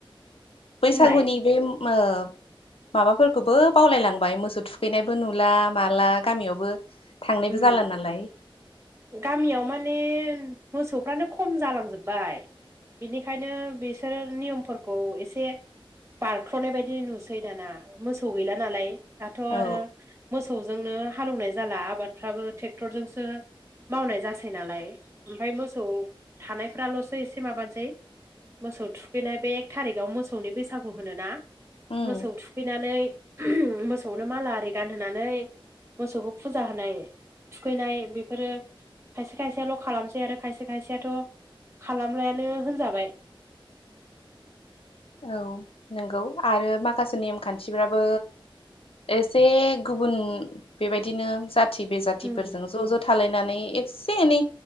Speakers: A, on the left; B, on the right.
A: बैसागुनि
B: बुंलाय
A: बे माबाफोरखौबो बावलायलांबाय मोसौ थुख हैनायबो नुला माला गामियावबो थांनायबो
B: उम
A: जाला नालाय।
B: गामियाव माने मोसौफ्रानो खम जालांजोब्बाय। बिनिखायनो बिसोर नियमफोरखौ एसे बारख्ल'नाय बायदि नुसै दाना मोसौ गैला नालाय। दाथ'
A: औ
B: आरो मोसौजोंनो हालौवनाय जाला आबादफ्राबो ट्रेक्टरजोंसो। मावनाय जासै नालाय ओमफ्राय मोसौ थानायफ्राल'सो एसे माबानोसै। मोसौ थुखैनाय बे एक थारिखाव मोसौनि बैसागु होनोना
A: उम
B: मोसौ थुखै थुखैनानै मोसौनो माला आरि गानहोनानै मोसौखौ फुजा होनाय थुखैनाय बेफोरो खायसे खायसेयाल' खालामसै आरो खायसे खायसेयाथ' खालामलायानो होनजाबाय।
A: औ नंगौ आरो माखासे नेमखान्थिफ्राबो। एसे गुबुन बेबायदिनो जाथि बे जााथिफोरजों
B: उम
A: ज' ज' थालायनानै एसे एनै